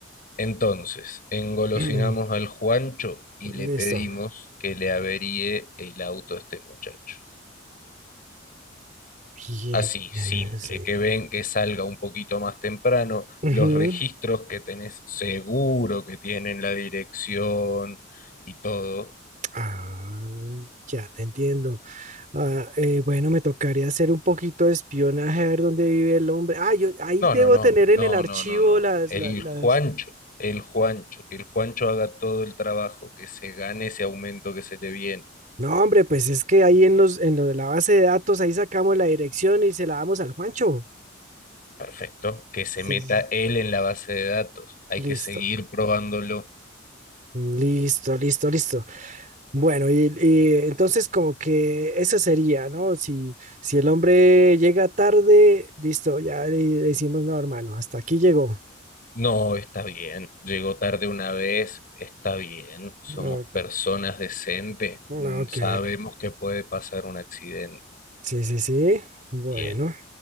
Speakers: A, on the left (about 45°); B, on the right (about 40°).
A: Entonces, engolosinamos
B: <clears throat>
A: al Juancho y le
B: Listo.
A: pedimos que le averíe el auto a este muchacho.
B: Bien,
A: Así,
B: bien,
A: simple,
B: eh, sí.
A: que ven que salga un poquito más temprano,
B: Ujú.
A: los registros que tenés seguro que tienen la dirección y todo.
B: Ah, ya te entiendo. Ah, eh, bueno, me tocaría hacer un poquito de espionaje a ver dónde vive el hombre. Ah, yo ahí
A: No,
B: debo
A: no, no,
B: tener en
A: no,
B: el archivo
A: no, no, no.
B: las,
A: El
B: la- las,
A: Juancho, el Juancho, que el Juancho haga todo el trabajo, que se gane ese aumento que se le viene.
B: No, hombre, pues es que ahí en los, en lo de la base de datos, ahí sacamos la dirección y se la damos al Juancho.
A: Perfecto. Que se
B: Sí,
A: meta
B: sí.
A: él en la base de datos. Hay
B: Listo.
A: que seguir probándolo.
B: Listo, listo, listo. Bueno, y, y entonces como que eso sería, ¿no? Si, si el hombre llega tarde, listo, ya le decimos, no, hermano, hasta aquí llegó.
A: No, está bien. Llegó tarde una vez. Está bien. Somos
B: Ok.
A: personas decentes.
B: Ah,
A: Mm,
B: Ok,
A: Sabemos que puede pasar un accidente.
B: sí, sí, sí. Bueno.
A: Bien.